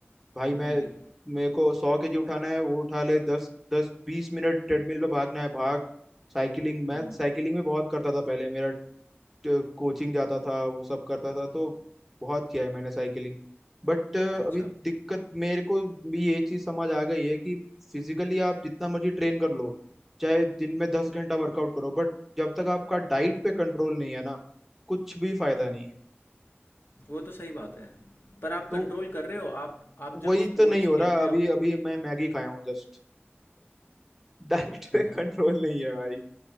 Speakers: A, in the centre; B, on the left.
A: भाई मैं
B: हाँ जी
A: मेरे को सौ केजी उठाना है वो उठा ले दस दस बीस मिनट ट्रेडमिल पे भागना है भाग साइकिलिंग मैं
B: हम्म
A: साइकिलिंग भी बहुत करता था पहले मेरा कोचिंग जाता था वो सब करता था तो बहुत किया है मैंने साइकिलिंग बट अभी
B: अच्छा
A: दिक्कत मेरे को भी ये चीज़ समझ आ गई है कि फिजिकली आप जितना मर्जी ट्रेन कर लो चाहे दिन में दस घंटा वर्कआउट करो बट जब तक आपका डाइट पे कंट्रोल नहीं है ना कुछ भी फायदा
B: हुँ,
A: नहीं है
B: वो तो सही बात है। पर आप
A: तो
B: कंट्रोल कर रहे हो, आप आप जब
A: वही
B: स्पोर्ट्स
A: तो नहीं हो
B: खेलते
A: रहा अभी
B: हो
A: अभी मैं मैगी खाया हूँ जस्ट डाइट पे
B: <laughs>
A: कंट्रोल नहीं है भाई